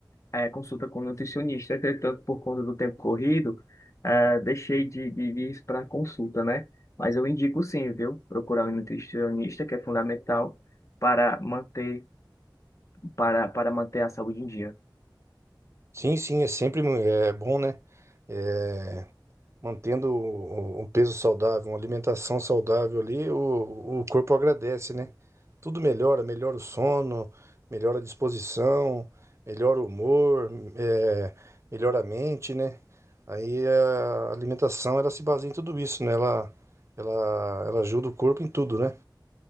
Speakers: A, on the left; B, on the right.
A: é, consulta com nutricionista, entretanto, por conta do tempo corrido, é, deixei de, de, de ir para consulta, né? Mas eu indico sim, viu? Procurar um nutricionista, que é fundamental para manter, para, para manter a saúde em dia.
B: sim, sim, é sempre mu- é bom, né? Eh, Mantendo o o- um peso saudável, uma alimentação saudável ali, o, o corpo agradece, né? Tudo melhora, melhora o sono, melhora a disposição, melhora o humor, é, melhora a mente, né? Aí a alimentação, ela se baseia em tudo isso, né? Ela, ela, ela ajuda o corpo em tudo, né?